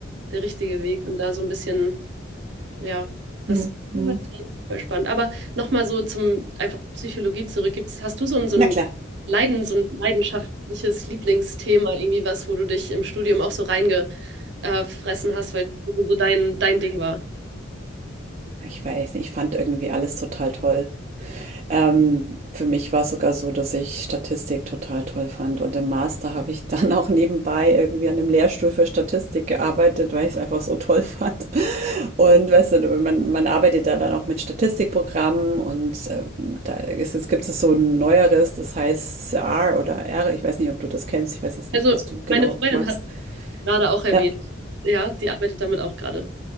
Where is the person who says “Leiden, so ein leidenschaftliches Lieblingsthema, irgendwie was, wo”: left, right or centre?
Right